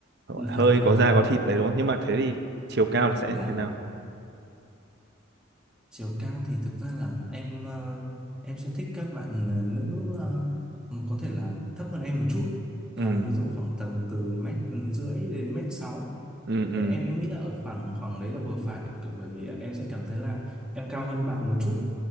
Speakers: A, in the centre; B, on the right (about 55°).
A: <laughs>
B: hơi
A: dạ vâng
B: có da có thịt đấy đúng không nhưng mà thế thì chiều cao thì sẽ
A: dạ
B: thế nào
A: chiều cao thì thực ra là em ờ, em sẽ thích các bạn ờ, nữ ờ, ừm, có thể là thấp hơn em một chút à,
B: ừ
A: ví dụ khoảng tầm từ mét rưỡi đến mét sáu
B: ừ ừ
A: Thế em em nghĩ là ở khoảng khoảng đấy là vừa phải cự- bởi vì em sẽ cảm thấy là em cao hơn bạn một chút